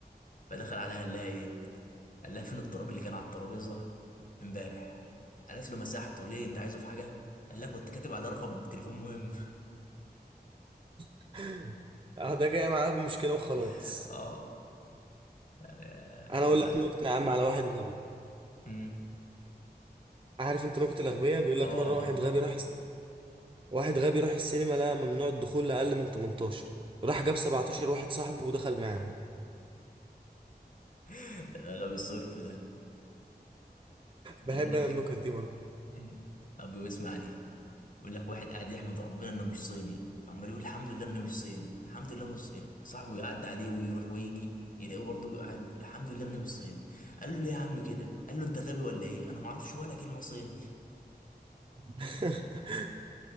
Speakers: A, on the left (about 50°); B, on the right (about 30°).
A: فدخل عليها قال لها ايه قال لها فين التراب اللي كان على الترابيزه امبارح قالت له مسحته ليه انت عايزه في حاجه قال لها كنت كاتب عليه رقم تليفون مهم
B: <laughs> اه ده جاي معاه بمشكله وخلاص
A: <laughs> اه يعني-
B: انا اقول
A: ما-
B: لك نكته يا عم على واحد غبي
A: مم.
B: عارف انت نكته الاغبياء بيقول لك
A: اه
B: مره واحد
A: اه
B: غبي راح واحد غبي راح السينما لقى ممنوع الدخول لأقل من 18 راح جاب 17 واحد صاحبه ودخل معاهم
A: <laughs> ده غبي الصرف ده بيقول
B: بحب
A: لك
B: انا النكت دي برضه
A: مم. أبي اسمع دي بيقول لك واحد قاعد يحمد ربنا انه مش صيني فعمال يقول الحمد لله انه مش صيني الحمد لله مش صيني صاحبه يعدي عليه ويروح ويجي يلاقيه برضه قاعد الحمد لله انه مش صيني قال له ليه يا عم كده قال له انت غبي ولا ايه انا ما اعرفش ولا كلمه صيني
B: <laughs>